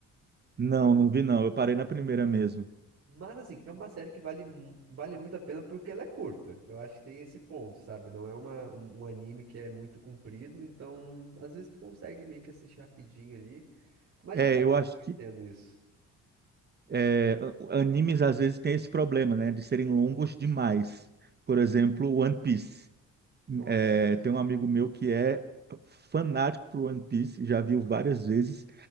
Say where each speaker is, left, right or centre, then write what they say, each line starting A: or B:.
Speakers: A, on the right; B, on the right.
A: Não, não vi não. Eu parei na primeira mesmo.
B: Mas assim, é uma série que vale, mu- vale muito a pena porque ela é curta. Eu acho que tem esse ponto, sabe? Não é uma, um, um anime que é muito comprido, então às vezes tu consegue meio que assistir rapidinho ali. Mas
A: É,
B: de fato,
A: eu
B: eu,
A: acho
B: eu
A: que
B: entendo isso.
A: é, a- animes às vezes têm esse problema, né, de serem longos demais. Por exemplo, One Piece.
B: Nossa.
A: É, tem um amigo meu que é fanático por One Piece, já viu várias vezes